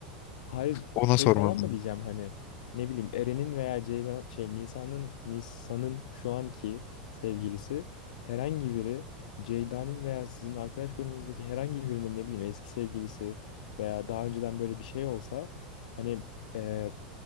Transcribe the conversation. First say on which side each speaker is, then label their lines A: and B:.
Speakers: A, on the left; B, on the left.
A: Hayır
B: ona
A: şey
B: sormam.
A: falan mı
B: lazım.
A: diyeceğim hani ne bileyim Eren'in veya Ceylan şey Nisa'nın Nisa'nın şu anki sevgilisi herhangi biri Ceyda'nın veya sizin arkadaş grubumuzdaki herhangi birinin ne bileyim eski sevgilisi veya daha önceden böyle bir şey olsa hani e,